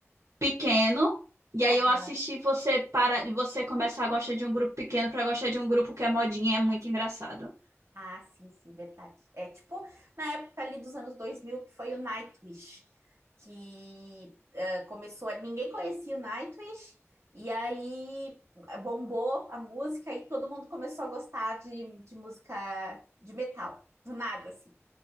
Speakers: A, on the right; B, on the right.
A: pequeno. E aí
B: Aham.
A: eu assisti você para você começar a gostar de um grupo pequeno pra gostar de um grupo que é modinha, é muito engraçado.
B: Ah, sim, sim, verdade. É tipo na época ali dos anos 2000 que foi o Nightwish, que eh, começou, a- ninguém conhecia o Nightwish, e aí eh, bombou a música e todo mundo começou a gostar de, de música de metal, do nada, assim,